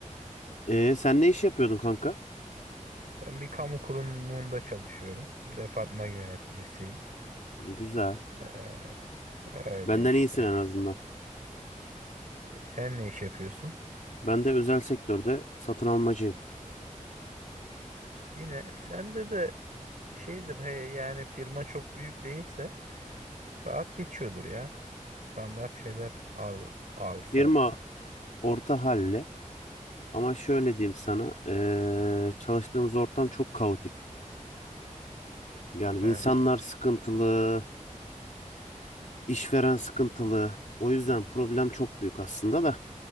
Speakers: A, on the left (about 70°); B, on the right (about 80°).
A: E sen ne iş yapıyordun kanka?
B: Ben bir kamu kurumunda çalışıyorum. Departman yöneticisiyim.
A: Güzel.
B: Eee, öyle
A: Benden
B: işte.
A: iyisin en azından.
B: Sen ne iş yapıyorsun?
A: Ben de özel sektörde satın almacıyım.
B: Yine sende de şeydir he, yani firma çok büyük değilse Rahat geçiyordur ya. Standart şeyler al, al sat.
A: Firma orta halle ama şöyle diyeyim sana. ee, çalıştığımız ortam çok kaotik. Yani insanlar
B: Ha,
A: sıkıntılı, işveren sıkıntılı. O yüzden problem çok büyük aslında da.